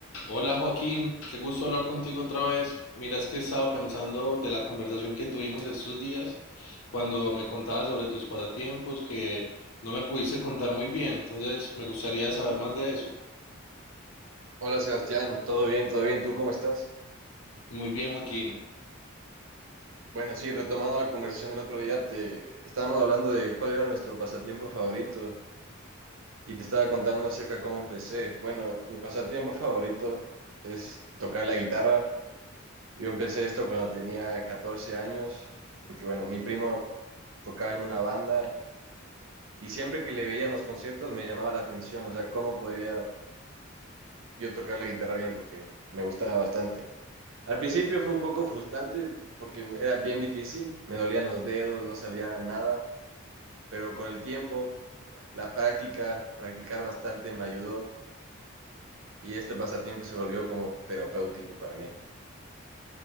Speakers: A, on the left; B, on the right.
A: Hola Joaquín, qué gusto hablar contigo otra vez. Mira, es que estaba pensando de la conversación que tuvimos estos días cuando me contabas sobre tus pasatiempos que no me pudiste contar muy bien, entonces me gustaría saber más de eso.
B: Hola Sebastián, todo bien, todo bien, ¿tú cómo estás?
A: Muy bien Joaquín,
B: Bueno, sí, retomando la conversación del otro día, te estábamos hablando de cuál era nuestro pasatiempo favorito y te estaba contando acerca de cómo empecé. Bueno, mi pasatiempo favorito es tocar la guitarra. Yo empecé esto cuando tenía 14 años, porque bueno, mi primo tocaba en una banda y siempre que le veía en los conciertos me llamaba la atención, o sea, cómo podría yo tocar la guitarra bien, porque me gustaba bastante. Al principio fue un poco frustrante porque era bien difícil, me dolían los dedos, no salía nada, pero con el tiempo, la práctica, practicar bastante me ayudó y este pasatiempo se volvió como terapéutico para mí.